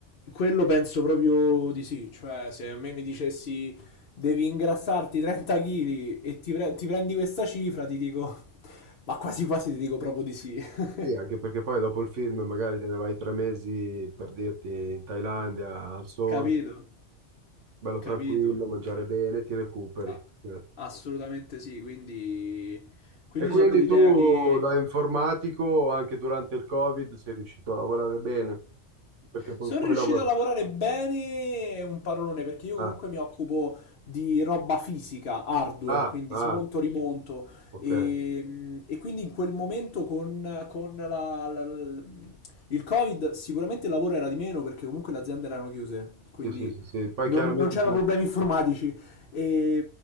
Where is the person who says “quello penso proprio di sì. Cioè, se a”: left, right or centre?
Left